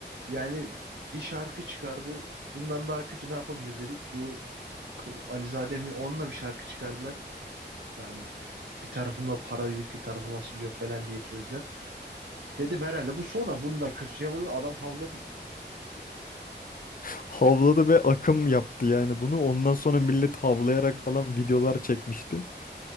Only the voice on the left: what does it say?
Havladı ve akım yaptı yani bunu. Ondan sonra millet havlayarak falan videolar çekmişti.